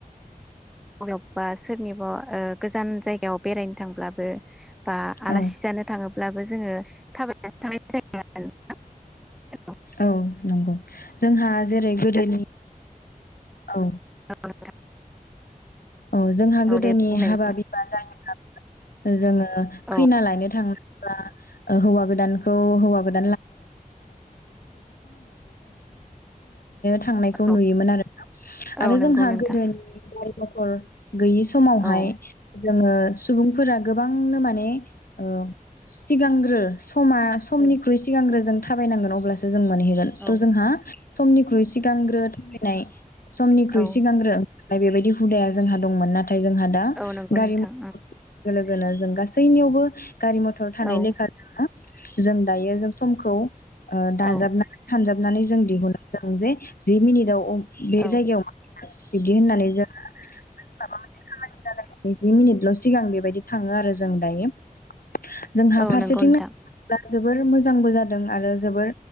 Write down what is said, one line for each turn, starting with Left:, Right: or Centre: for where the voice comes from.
Centre: बबेयावबा सोरनिबा ओ गोजान जायगायाव बेरायनो थांब्लाबो-' बा आलासि
Left: औ
Centre: जानो थाङो बो जोङो थाबायनानै थांनाय जायो <unintelligible>
Left: औ नंगौ। जोंहा जेरै गोदोनि <inaudible> औ।
Centre: जायोमोन
Left: औ जोंहा
Centre: औ
Left: गोदोनि
Centre: दे बुंलाय
Left: हाबा बिबा जायोब्लाबो जोङो
Centre: औ
Left: खैना लायनो थांङोबा ओ हौवा गोद दानखौ <inaudible> थांनायखौ
Centre: औ
Left: नुयोमोन आरोना
Centre: औ
Left: आरो
Centre: नंगौ
Left: जोंहा
Centre: नोंथां
Left: गोदोनि <inaudible> <inaudible> गैयि समावहाय
Centre: औ
Left: जोङो सुबुंफोरा गोबांनो माने औ सिगांग्रो। समा समनिख्रुइ
Centre: औ
Left: सिगांग्रो जों थाबायनांगोन अब्लासो जों मोनहैगोन
Centre: औ
Left: त' जोंहा समनिख्रुइ सिगांग्रो नै समनिख्रुइ
Centre: औ
Left: सिगांग्रो ओफ्राय बेबायदि हुदाया जोंहा दंमोन नाथाय नाथाय जोंहा दा
Centre: औ नंगौ
Left: गारि
Centre: नोंथां
Left: मथर फैनाय लो गोना जों गासैनियावबो गारि मथ'र थानाय
Centre: ओं
Left: लेखा जोङो जों दायो जों समखौ ओ दाजाबनानै
Centre: औ
Left: सानजाबनानै जों दिहुनलांदों जे जि मिनिटआव <inaudible> बे
Centre: औ
Left: जायगायाव मा बिदि होननानै जों माबा मोनसे खामानि नैजि मिनिटल' सिगां बेबायदि थां <inaudible> थाङो आरो जों दायो। जोंहा
Centre: औ
Left: फारसेथिंनायोब्ला
Centre: नंगौ नोंथां
Left: जों जोबोर मोजांबो जादों आरो जोबोर